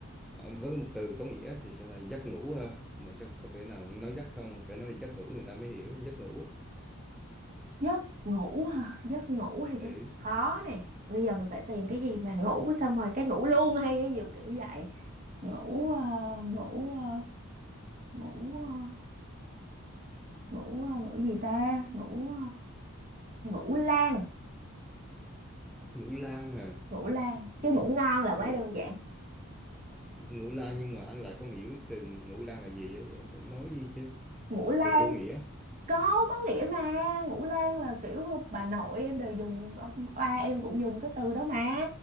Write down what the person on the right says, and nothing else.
giấc ngủ hả? giấc ngủ thì cái
khó nè bây giờ mình phải tìm cái gì mà ngủ xong rồi cái ngủ luôn hay cái gì kiểu vậy ngủ ờ, ngủ ờ, ngủ ờ, ngủ ờ, ngủ gì ta ngủ ờ, ngủ lan
ngủ lan
chứ ngủ ngon là quá
đơn giản
ngủ lan
có có nghĩa mà ngũ lang là kiểu bà nội em đều dùng ông ba em cũng dùng cái từ đó mà